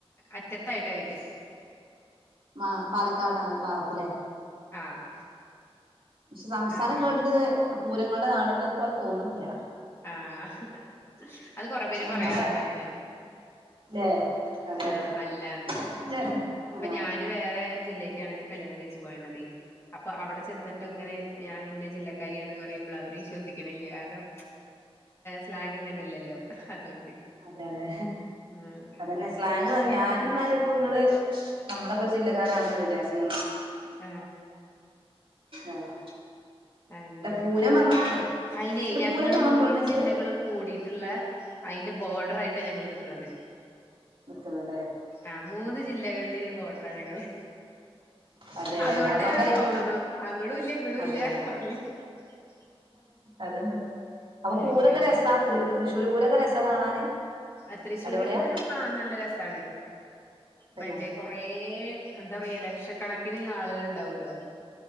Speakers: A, on the left (about 25°); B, on the right (about 55°).
A: അറ്റത്തായിട്ടി വെര
B: ആ പാലക്കാട് ഭാഗത്തില്ലേ
A: ആഹ്
B: ഷേ സംസാരം
A: അങ്ങനെ
B: കേട്ടിട്ട് പൂരങ്ങൾടെ നാടിന്റെ പോലെ തോന്നുന്നില്ല
A: ആഹ അത് കൊറെ പേര്
B: നമ്മളെ
A: പറയാറുണ്ട് അങ്ങനെ
B: ല്ലേ അതെ അതെ
A: ആഹ അല്ലാന്ന്
B: മറ്റേ
A: ഇപ്പൊ
B: ആ
A: ഞാന് വേറെ ജില്ല കണ് കല്യാണം കയിച്ച്പോന്നത് അപ്പോ--അവിടെ ചെന്നിട്ടും
B: അതെ
A: ഇങ്ങനെ ഞാൻ ഇന്നെ ജില്ലക്കാരിയാണ് പറയുമ്പോൾ അവര് വിശ്വസിക്കണില്ല കാരണം സ്ലാങ് അങ്ങനെല്ലല്ലോ അതുകൊണ്ട്
B: അതെ അതെ
A: ആഹ്
B: അതന്നെ സ്ലാങ്തന്യാ ഞാനിന്നാലും ഇപ്പ ഇങ്ങള് നമ്മളക്കെ ഒരു ജില്ലകാരാണെന്ന് വിചാരിചേ
A: ആ
B: ആഹ്
A: അങ്ങനെ
B: അല്ല പൂരം പറഞ്ഞപ്പളേ
A: അയിനെ
B: ഇന്നട്ട്
A: ഞങ്ങള്
B: പൂരം കാണാൻ
A: മൂന്ന്
B: പോവല്ണ്ടോ ഇങ്ങള്
A: ജില്ലകളും കൂടിട്ട് ളള അതിന്റെ ബോർഡർ ആയിട്ടാണ് ഞങ്ങള് നിക്കണത്
B: നിക്ക്ന്നല്ലേ
A: ആ മൂന്ന് ജില്ലകളുടെ ഒരു കോട്ടറാ ഞങ്ങള്
B: അതെ അതെ
A: അതുകൊണ്ടാ
B: അതോണ്ടായിരിക്കും
A: തോന്നണു അങ്ങടും ഇല്ല ഇങ്ങടും
B: അതെ
A: ഇല്ല
B: അതെ
A: അറല്ലേ ഉ <inaudible>
B: അത്ണ്ട് അപ്പൊ പൂരൊക്കെ
A: അങ്ങനെ
B: രസാ തൃശ്ശൂർ പൂരൊക്കെ രസാ കാണാന്
A: അ തൃശ്ശൂര്
B: അടിപൊളിയാ
A: പൂരം ആ നല്ല രസാണ്
B: തന്നെ
A: മറ്റേ കുറേ എന്താ പറയാ ലക്ഷക്കണക്കിന് ആളുകൾ ഉണ്ടാവ്വല്ലോ